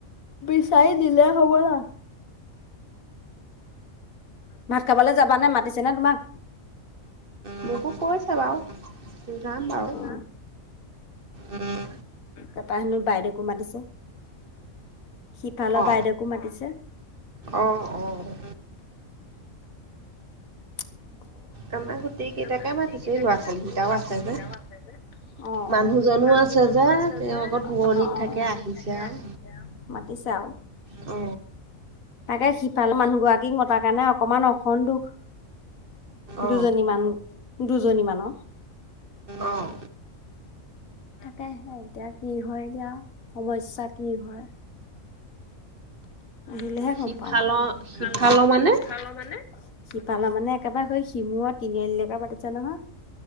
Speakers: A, on the left (about 85°); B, on the right (about 45°).
A: বিচাই দিলে হ'ব না ভাত খাবলে যাবা নে মাতিছে ন তোমাক
B: মোকো কৈছে বাৰু যাম বাও
A: অ
B: উম
A: তাপাহেনো বাইদেউকো মাতিছে সিফালৰ
B: অ
A: বাইদেকো মাতিছে
B: অ অ',
A: <inaudible>
B: আমাৰ গোটেই কেইটাকে
A: আমাৰ গোটেই
B: মাতিছে
A: কেইটাকে
B: ল'ৰা
A: মাতিছে
B: ছোৱালী কেইটাও
A: ল'ৰা
B: আছে
A: ছোৱালী কেইটাও
B: যে।
A: আছে যে। অ
B: মানুহজনো
A: অ মানুহজনো
B: আছে যে
A: আছে
B: তেওঁ
A: যে <unintelligible>
B: আকৌ দূৰণিত থাকে আহিছে আৰু।
A: তেতি চাওঁ
B: অ
A: তাকে সিফালো মানুহগৰাকীক মতাৰ কাৰণে অকমান অসন্তোখ
B: অ
A: দুজনী মান দুজনী মানৰ
B: অ',
A: থাকেহে এতিয়া কি হয় এতিয়া সমস্যা কি হয় আহিলে হ গম
B: সিফালৰ
A: পাম আও পিঠাল
B: সিফালৰ মানে
A: পিথল মানে পালা মানে একেবাৰে স শিমুৰ তিনিআলিৈ পৰা পাতিছে নহয়